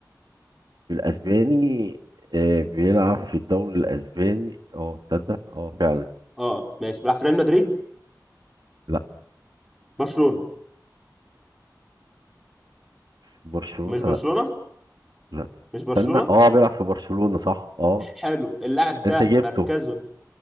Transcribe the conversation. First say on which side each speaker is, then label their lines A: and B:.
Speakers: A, on the right; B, in the centre.
A: الأسباني آه، بيلعب في الدوري الأسباني اه تصدق اه فعلا
B: اه ماشي بيلعب في ريال مدريد
A: لا
B: برشلونة
A: في برشلونة
B: مش برشلونة
A: لا لا
B: مش برشلونة
A: استنى اه بيلعب في برشلونة صح اه
B: حلو اللاعب
A: انت
B: ده
A: جبته
B: مركزه